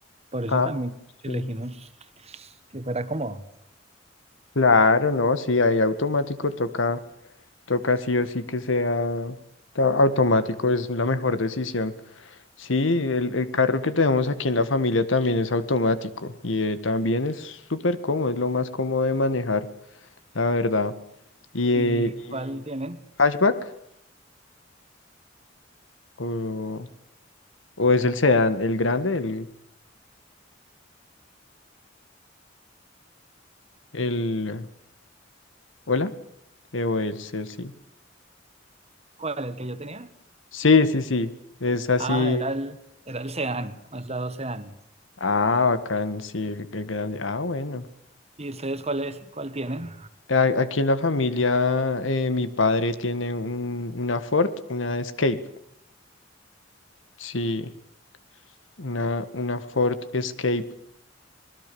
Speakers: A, on the right; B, on the left.
A: por eso
B: Ah,
A: también elegimos
B: sí.
A: que fuera cómodo.
B: Claro, no, sí, ahí automático toca, toca sí o sí que sea ta- automático, es la mejor decisión. Sí, el, el carro que tenemos aquí en la familia también es automático y eh, también es súper cómodo, es lo más cómodo de manejar, la verdad. ¿Y, eh,
A: ¿Y
B: y
A: cuál tienen?
B: hatchback? ¿O, o es el sedán, el grande, el, el, hola? Eh, o el, el sí.
A: ¿Cuál? ¿El que yo tenía?
B: Sí, sí, sí, es así.
A: Ah, era el, era el Sedan, Mazda 2 Sedan.
B: Ah, bacán, sí, el, el grande. Ah, bueno.
A: ¿Y ustedes cuál es, cuál tienen?
B: A- Aquí en la familia, eh, mi padre tiene un, una Ford, una Escape, sí. Una, una Ford Escape